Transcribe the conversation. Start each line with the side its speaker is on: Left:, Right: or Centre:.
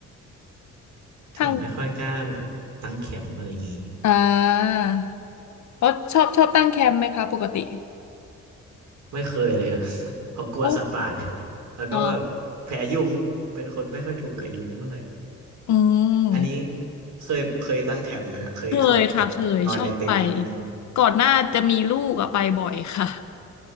Right: <laughs> ถึงไม่ค่อยกล้าแบบตั้งแคมป์อะไรอย่างงี้
Left: ่ะ อ่าแล้วชอบชอบตั้งแคมป์ไหมคะปกติ
Right: ไม่เคยเลยอะ <laughs> เพราะกลัวสัตว์ป่าเนี่ยแหละแล้วก็แบบแพ้ยุง
Left: โอ้อ๋อ
Right: เป็นคนไม่ค่อยถูกกับยุงเท่าไหร่
Left: อืม
Right: อันนี้เคยเคยตั้งแคมป์ไหมฮะเคยเข้าแบบนอนในเต็นท์อะไรอย่างงี้
Left: เคยค่ะเคยชอบไปก่อนหน้าจะมีลูกอะไปบ่อยค่ะ